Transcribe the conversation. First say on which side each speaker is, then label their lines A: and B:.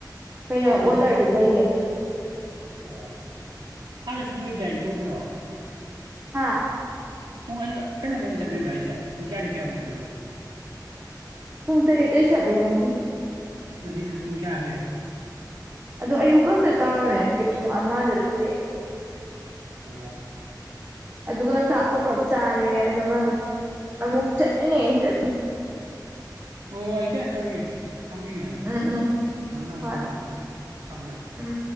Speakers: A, on the right (about 25°); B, on the right (about 85°).
A: ꯀꯩꯅꯣ
B: ꯁꯟꯗꯦꯗꯣ
A: ꯑꯣꯗꯔꯗꯨ ꯂꯩꯏꯌꯦꯅ
B: ꯑꯣ ꯍꯥꯟꯅ <unintelligible>
A: ꯍꯥꯥ
B: ꯄꯨꯡ ꯑꯗꯨ ꯀꯩꯅꯣꯗꯝ ꯆꯠꯂꯨꯏꯔꯣ ꯍꯥꯏꯁꯦ ꯄꯨꯡ ꯀꯌꯥꯗꯒꯤ ꯀꯌꯥꯝ ꯆꯠꯂꯨꯏꯕ
A: ꯄꯨꯡ ꯇꯔꯦꯠꯇꯩ ꯆꯠꯂꯦ ꯉꯁꯤ
B: ꯉꯁꯤ ꯑꯩꯅ ꯄꯨꯡ ꯀꯌꯥ ꯍꯜꯂꯛꯑꯦꯕ
A: ꯑꯗꯣ ꯑꯌꯨꯛ ꯈꯛꯇ ꯇꯧꯔꯝꯃꯦ ꯉꯁꯤꯗꯤ ꯄꯨꯡ ꯑꯃꯗ ꯍꯜꯂꯛꯑꯦ
B: ꯑꯣ
A: ꯑꯗꯨ ꯑꯗꯨꯒ ꯆꯥꯀꯣ ꯄ ꯆꯥꯔꯦ ꯑꯗꯨꯒ ꯑꯃꯨꯛ ꯆꯠꯂꯤꯅꯦꯠꯂ
B: ꯍ ꯑꯩ ꯀꯦ ꯇꯧꯒꯦ ꯊꯝꯕꯤꯒꯦ ꯑꯃꯨꯛ
A: ꯎꯝ ꯎꯝ
B: ꯅꯪ ꯅꯪ
A: ꯍꯣꯏ
B: ꯇꯧꯔꯣ ꯎꯝ ꯊꯝꯃꯦ ꯊꯝꯃꯦ
A: ꯎꯝ